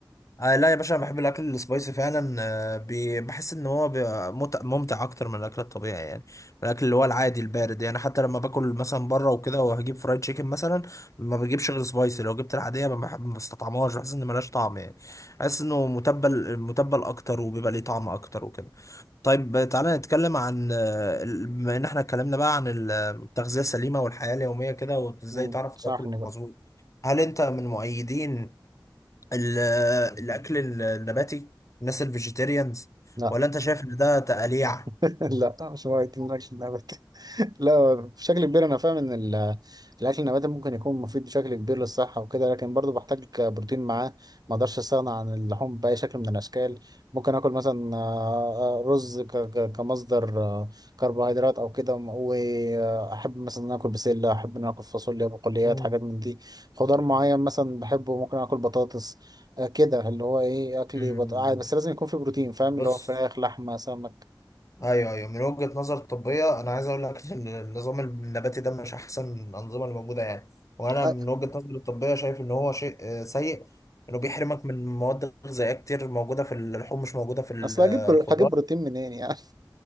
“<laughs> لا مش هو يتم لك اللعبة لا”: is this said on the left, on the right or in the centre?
Right